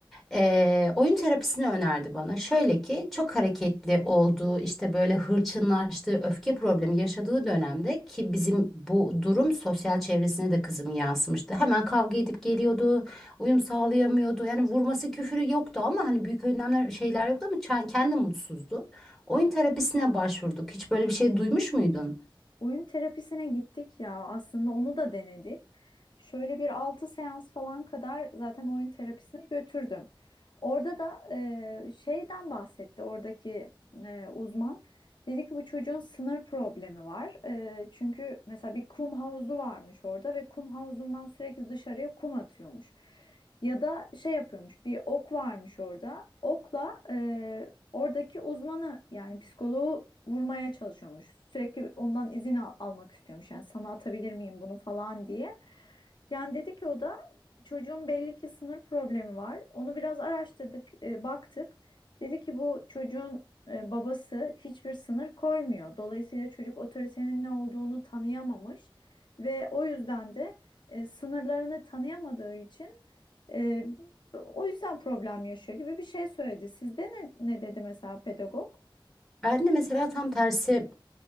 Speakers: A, in the centre; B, on the left.
A: Ee, oyun terapisini önerdi bana. Şöyle ki çok hareketli olduğu işte böyle hırçınlaştığı öfke problemi yaşadığı dönemde ki bizim bu durum sosyal çevresine de kızım yansımıştı. Hemen kavga edip geliyordu, uyum sağlayamıyordu. Yani vurması küfürü yoktu ama hani büyük önlemler şeyler yoktu ama çen- kendi mutsuzdu. Oyun terapisine başvurduk. Hiç böyle bir şey duymuş muydun?
B: Oyun terapisine gittik ya aslında onu da denedik. Şöyle bir 6 seans falan kadar zaten oyun terapisine götürdüm. Orada da e, şeyden bahsetti oradaki e, uzman. Dedi ki bu çocuğun sınır problemi var. E, çünkü mesela bir kum havuzu varmış orada ve kum havuzundan sürekli dışarıya kum atıyormuş. Ya da şey yapıyormuş bir ok varmış orada. Okla Oradaki uzmanı yani psikoloğu vurmaya çalışıyormuş. Sürekli ondan izin al- almak istiyormuş. Yani sana atabilir miyim bunu falan diye. Yani dedi ki o da çocuğun belli ki sınır problemi var. Onu biraz araştırdık, e, baktık. Dedi ki bu çocuğun e, babası hiçbir sınır koymuyor. Dolayısıyla çocuk otoritenin ne olduğunu tanıyamamış ve o yüzden de e, sınırlarını tanıyamadığı için ee, o yüzden problem yaşıyor gibi bir şey söyledi. Sizde ne, ne dedi mesela pedagog?
A: Ben de mesela tam tersi